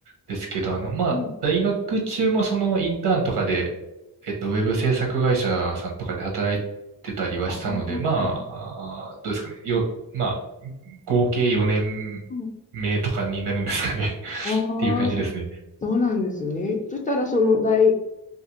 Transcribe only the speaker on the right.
ですけど、あの、まあ、
大学中もそのインターンとかで、えっと、ウェブ制作会社さんとかで働いてたりはしたので、
まあ、あーどうですかね。よ、まあ、合計4年
目とかになるんですかね <laughs>
っていう感じですね。